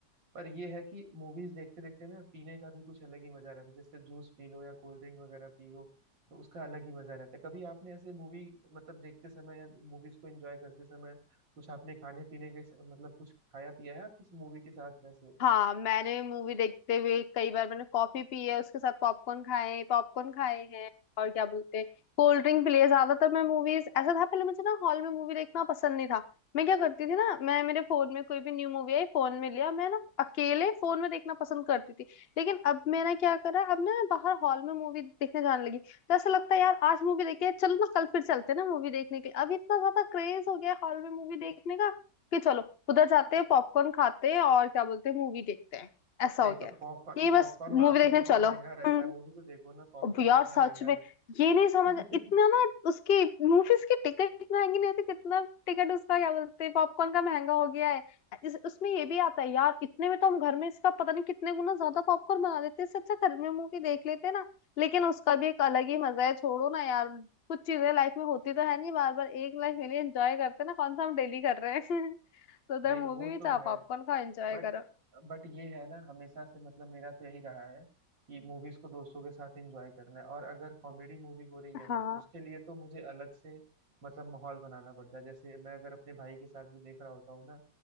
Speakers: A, on the right (about 80°); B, on the left (about 40°).
A: पर ये है कि मूवीज देखते देखते ना पीने का भी कुछ अलग ही मजा रहता है जैसे जूस पी लो या कोल्ड ड्रिंक वगैरह पियो तो उसका अलग ही मजा रहता है कभी आपने ऐसे मूवी मतलब देखते समय या मूवीज को एंजॉय करते समय कुछ आपने खाने पीने के स- मतलब कुछ खाया पिया है आप किस मूवी के साथ वैसे
B: हाँ मैंने मूवी देखते हुए कई बार मैंने कॉफी पी है उसके साथ पॉपकॉर्न खाए पॉपकॉर्न खाए हैं और क्या बोलते हैं कोल्ड ड्रिंक पी लिए ज्यादातर मैं मूवीज ऐसा था पहले मुझे ना हॉल में मूवी देखना पसंद नहीं था मैं क्या करती थी ना मैं मेरे फोन में कोई भी न्यू मूवी आई फोन में लिया मैं ना अकेले फोन में देखना पसंद करती थी लेकिन अब मैंने क्या करा अब ना मैं बाहर हॉल में मूवी देखने जाने लगी तो ऐसा लगता है यार आज मूवी देखी है चलो ना कल फिर चलते हैं ना मूवी देखने के लिए अब इतना ज्यादा क्रेज हो गया हॉल में मूवी देखने का कि चलो उधर जाते हैं पॉपकॉर्न खाते हैं और क्या बोलते हैं मूवी देखते हैं ऐसा
A: नहीं
B: हो
A: तो
B: गया है।
A: पॉपकॉर्न
B: यही बस
A: पॉपकॉर्न
B: मूवी
A: वहां पे
B: देखने
A: कितना
B: चलो
A: महंगा रहता
B: हम्म
A: है वो भी तो देखो ना पॉपकॉर्न
B: अब यार
A: कितना
B: सच
A: महंगा
B: में
A: रहता
B: ये नहीं समझ
A: है
B: इतना ना उसकी मूवीज की टिकट महंगी नहीं होती कितना टिकट उसका क्या बोलते हैं पॉपकॉर्न का महंगा हो गया है इस, उसमें ये भी आता है यार इतने में तो हम घर में इसका पता नहीं कितने गुना ज्यादा पॉपकॉर्न बना देते हैं इससे अच्छा घर में मूवी देख लेते हैं ना लेकिन उसका भी एक अलग ही मजा है छोड़ो ना यार कुछ चीजें लाइफ में होती तो है नहीं बार बार एक लाइफ में एंजॉय करते हैं ना कौन सा हम डेली कर रहे हैं <laughs>
A: <laughs>
B: तो उधर
A: नहीं
B: मूवी
A: वो
B: भी
A: तो
B: चाह
A: है
B: पॉपकॉर्न का एंजॉय
A: बट
B: करो
A: बट ये है ना हमेशा से मतलब मेरा तो यही रहा है कि मूवीज को दोस्तों के साथ एंजॉय करना है और अगर कॉमेडी मूवी हो रही है
B: हाँ
A: ना तो उसके लिए तो मुझे अलग से मतलब माहौल बनाना पड़ता है जैसे मैं अगर अपने भाई के साथ भी देख रहा होता हूँ ना